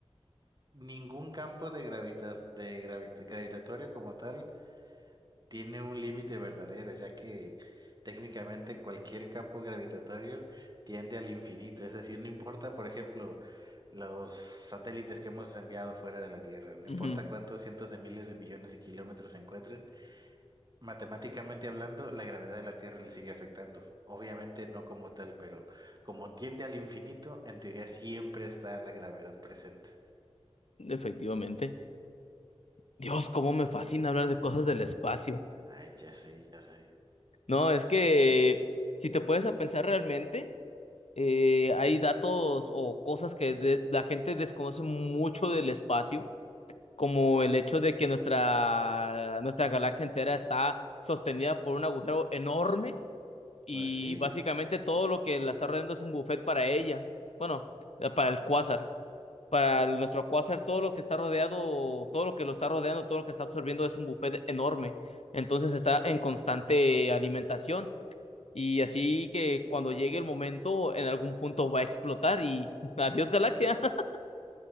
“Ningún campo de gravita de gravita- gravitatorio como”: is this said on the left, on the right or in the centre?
Right